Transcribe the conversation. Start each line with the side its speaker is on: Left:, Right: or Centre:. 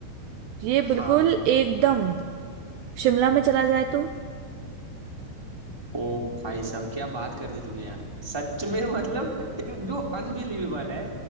Right: ये
Centre: हाँ
Right: बिल्कुल
Centre: हाँ
Right: एकदम शिमला में चला जाए तो
Centre: ओ भाई साहब क्या बात कर दी तूने यार सच में मतलब जो अनबिलीवेबल है